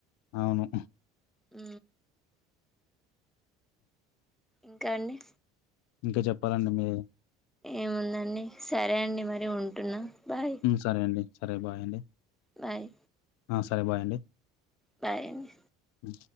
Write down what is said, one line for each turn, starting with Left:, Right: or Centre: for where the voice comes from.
Left: అవును
Centre: ఉ ఇంకా అండి
Left: ఇంకా చెప్పాలండి మీరే
Centre: ఏముందండి సరే అండి మరి ఉంటున్నా బాయ్
Left: సరే అండి సరే బాయ్ అండి
Centre: బాయ్
Left: సరే బాయ్ అండి
Centre: బాయ్ అండి
Left: అ